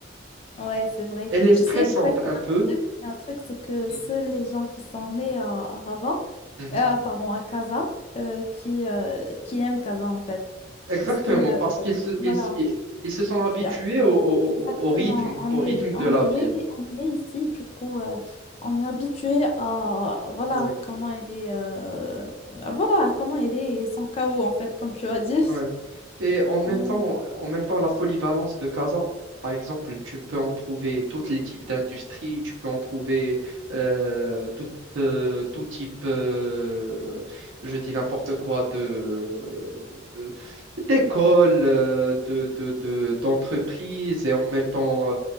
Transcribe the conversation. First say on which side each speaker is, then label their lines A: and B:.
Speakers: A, on the left; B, on the right.
A: Ouais, c'est vrai.
B: Elle est stressante
A: Tu sais, en fait,
B: un peu.
A: il y a un truc, il y a un truc, c'est que
B: Mm.
A: seuls les gens qui sont nés à, à Rabat,
B: Mhm.
A: euh, pardon, à Casa, euh, qui, euh, qui aiment Casa, en fait.
B: Exactement
A: Parce que, euh,
B: parce qu'ils se
A: voilà,
B: ils, se- ils se sont habitués
A: il y a-
B: au, au,
A: exactement,
B: au- au rythme
A: on
B: au rythme
A: est,
B: de
A: on
B: la
A: est
B: ville.
A: né, on est né ici, du coup, euh, on est habitué à, voilà,
B: Ouais,
A: comment elle est, euh, à- voilà, comment elle est et son chaos, en fait, comme tu as dit.
B: ouais. Et en même
A: <laughs>
B: temps, en même temps, la polyvalence de Casa, par exemple, tu peux en trouver tous les types d'industries, tu peux en trouver euh, tout, euh, tout type, euh, je dis n'importe quoi, de, euh, d'écoles, euh, de, de, de- d'entreprises, et en même temps,